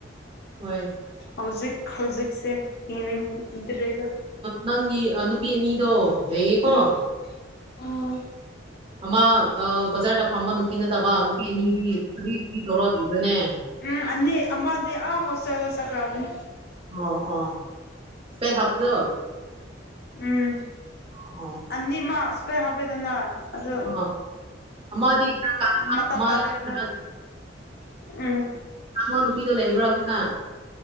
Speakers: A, on the right; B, on the left.
A: ꯍꯣꯏ
B: ꯍꯧꯖꯤꯛ ꯍꯧꯖꯤꯛꯁꯦ ꯍꯤꯡꯅꯤꯡꯗ꯭ꯔꯦꯗ
A: ꯅꯪꯒꯤ ꯅꯨꯄꯤ ꯑꯅꯤꯗꯣ ꯂꯩꯌꯦꯀꯣ
B: ꯎꯝ ꯎꯝ
A: ꯑꯃ ꯕꯖꯥꯔꯗ ꯐꯝꯕ ꯅꯨꯄꯤ ꯅꯠꯇꯕ ꯅꯨꯄꯤ ꯑꯅꯤꯗꯤ ꯀꯔꯤ ꯀꯔꯤ ꯇꯧꯔ ꯍꯤꯡꯕꯔ꯭ ꯅꯦ
B: ꯎꯝ ꯑꯅꯤ ꯑꯃ ꯑꯥ ꯍꯣꯁꯇꯦꯜꯗ ꯆꯠꯈ꯭ꯔꯕꯅꯤ
A: ꯑꯣ ꯑꯣ ꯏꯁꯄꯦꯛ ꯍꯥꯞꯄꯗꯣ
B: ꯎꯝ
A: ꯑꯣ
B: ꯑꯅꯤꯃꯛ ꯢꯁꯄꯦꯛ ꯍꯥꯞꯄꯤꯗꯅ ꯑꯗꯨ
A: ꯑꯣ ꯑꯃꯗꯤ ꯈꯔ ꯀꯪꯕ
B: ꯃ
A: ꯑꯃ
B: ꯇꯂꯦꯕ
A: ꯈꯔ
B: ꯎꯝ
A: ꯉꯣ ꯅꯨꯄꯤꯗꯣ ꯂꯩꯕ꯭ꯔꯥ ꯍꯧꯖꯤꯛꯀꯥꯟ